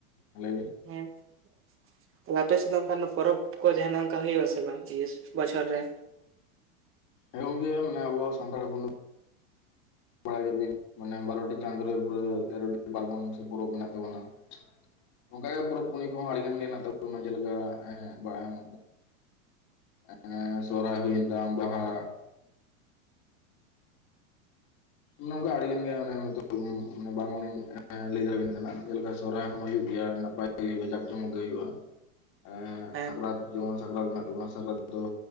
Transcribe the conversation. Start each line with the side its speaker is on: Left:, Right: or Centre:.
Left: ᱟᱞᱮ
Right: ᱦᱮᱸ ᱾ ᱛᱟᱦᱚᱞᱮ ᱟᱯᱮ ᱥᱮᱫ ᱚᱱᱠᱟᱱ ᱯᱚᱨᱚᱵᱽ ᱠᱚ ᱡᱟᱦᱟᱸ ᱚᱝᱠᱟ ᱦᱩᱭᱩᱜᱼᱟ ᱥᱮ ᱵᱟᱝ ᱤᱭᱟᱹᱥ ᱵᱚᱪᱷᱚᱨ ᱨᱮ
Left: ᱦᱮᱸ ᱜᱚᱝᱠᱮ ᱢᱟᱱᱮ ᱟᱵᱚ ᱥᱟᱱᱛᱟᱲ ᱦᱚᱯᱚᱱ ᱫᱚ ᱯᱟᱦᱤᱞ ᱜᱮ ᱢᱟᱱᱮ ᱵᱟᱨᱚᱴᱤ ᱪᱟᱸᱫᱳ ᱨᱮ ᱯᱩᱨᱟᱹ ᱛᱮᱨᱚᱴᱤ ᱯᱟᱨᱵᱚᱱ ᱥᱮ ᱯᱚᱨᱚᱵ ᱢᱮᱱᱟᱜ ᱛᱟᱵᱚᱱᱟ ᱾ ᱚᱱᱠᱟ ᱜᱮ ᱯᱚᱨᱚᱵᱽ ᱯᱩᱱᱟᱹᱭ ᱠᱚᱦᱚᱸ ᱟᱹᱰᱤ ᱜᱟᱱ ᱜᱮ ᱢᱮᱱᱟᱜ ᱛᱟᱵᱚᱱᱟ ᱡᱮ ᱞᱮᱠᱟ ᱦᱮᱸ ᱵᱟᱝ ᱦᱮᱸ ᱥᱚᱦᱚᱨᱟᱭ ᱦᱩᱭᱮᱱ ᱛᱟᱭᱚᱢ ᱵᱟᱦᱟ ᱾ ᱱᱝᱠᱟ ᱟᱹᱰᱤ ᱜᱟᱱ ᱜᱮ ᱢᱟᱱᱮ ᱫᱚᱦᱚ ᱟᱜᱩ ᱵᱟᱝ ᱞᱟᱹᱭ ᱫᱟᱲᱮ ᱟᱵᱮᱱ ᱠᱟᱱᱟ ᱡᱮ ᱞᱮᱠᱟ ᱥᱚᱦᱚᱨᱟᱭ ᱦᱚᱸ ᱦᱩᱭᱩᱜ ᱜᱮᱭᱟ ᱱᱟᱯᱟᱭ ᱜᱮ ᱦᱩᱭᱩᱜᱼᱟ ᱡᱟᱠ ᱡᱚᱢᱚᱠ ᱜᱮ ᱦᱩᱭᱩᱜᱼᱟ ᱾ ᱮᱸᱜ
Right: ᱦᱮᱸ
Left: ᱥᱟᱠᱨᱟᱛ ᱡᱮᱢᱚᱱ ᱥᱟᱠᱨᱟᱛ ᱢᱮᱱᱟᱜ ᱛᱟᱵᱚᱱᱟ ᱥᱟᱠᱨᱟᱛ ᱫᱚ